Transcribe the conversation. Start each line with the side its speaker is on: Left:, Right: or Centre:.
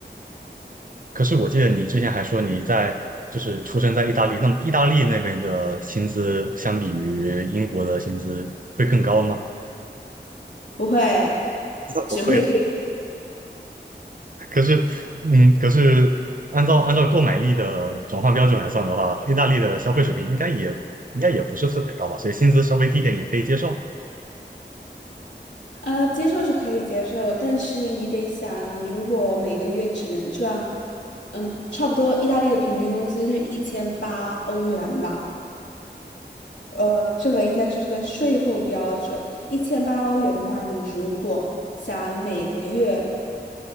Right: 可是我记得你之前还说你在就是出生在意大利，那么意大利那边的薪资相比于英国的薪资会更高吗？
Left: 不会，
Right: <laughs>
Left: 只会更
Right: 不会吧，可是，嗯，可是按照按照购买力的转换标准来算的话，意大利的消费水平应该也应该也不是特别高吧，所以薪资稍微低点也可以接受。
Left: 呃接受是可以接受，但是你得想，你如果每个月只能赚，嗯，差不多意大利的平均工资是一千八欧元吧，呃，这个应该是这个税后标准，一千八欧元的话，你如果想每个月